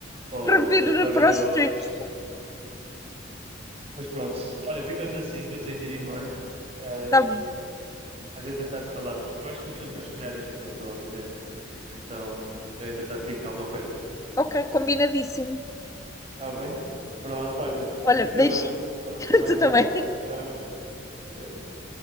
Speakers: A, on the right; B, on the left.
A: para, o-
B: prefiro
A: para ver
B: para
A: no,
B: os streams.
A: no Mas pronto, olha, ficamos assim que eu tenho de ir embora. Ahm,
B: Tá bom,
A: mas entretanto falamos, que eu acho que o filme deve estrear este mês, ou algo do género. Então, eu entretanto digo-te alguma coisa.
B: ok, combinadíssimo.
A: Está bem? Pronto, olha,
B: Olha,
A: fica
B: beijinho,
A: bem. Falamos
B: <laughs>
A: mais
B: tu
A: logo.
B: também.
A: Tchau, tchau. Fica bem.